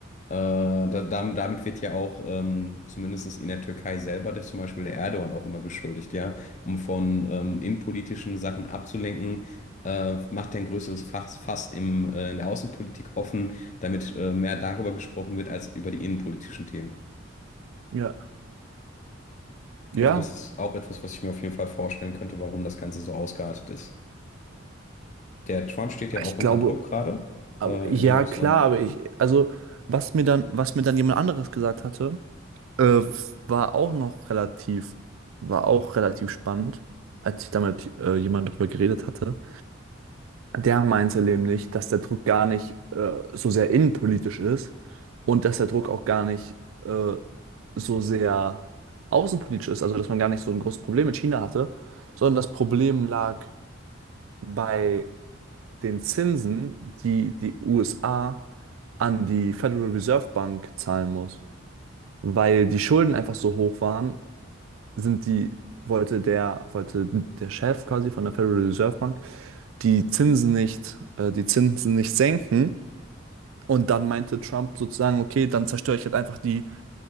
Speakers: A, on the left; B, on the right.
A: Äh, da, dam- damit wird ja auch ähm, zumindest in der Türkei selber der, zum Beispiel der Erdogan auch immer beschuldigt, ja, um von ähm, innenpolitischen Sachen abzulenken, äh, macht er ein größeres Fass, Fass im, äh, in der Außenpolitik offen, damit äh, mehr darüber gesprochen wird als über die innenpolitischen Themen.
B: Ja. Ja,
A: Also das ist auch etwas, was ich mir auf jeden Fall vorstellen könnte, warum das Ganze so ausgeartet ist. Der Trump steht ja
B: ich
A: auch unter
B: glaube,
A: Druck gerade
B: aber
A: äh,
B: ja,
A: in den USA.
B: klar, aber ich, also, Was mir dann, was mir dann jemand anderes gesagt hatte, Äh, war auch noch relativ, war auch relativ spannend, als ich da mit äh, jemandem drüber geredet hatte. Der meinte nämlich, dass der Druck gar nicht äh, so sehr innenpolitisch ist und dass der Druck auch gar nicht äh, so sehr außenpolitisch ist, also dass man gar nicht so ein großes Problem mit China hatte, sondern das Problem lag bei den Zinsen, die die USA an die Federal Reserve Bank zahlen muss, weil die Schulden einfach so hoch waren sind die, wollte der, wollte der Chef quasi von der Federal Reserve Bank die Zinsen nicht, äh, die Zinsen nicht senken. Und dann meinte Trump sozusagen, okay, dann zerstöre ich halt einfach die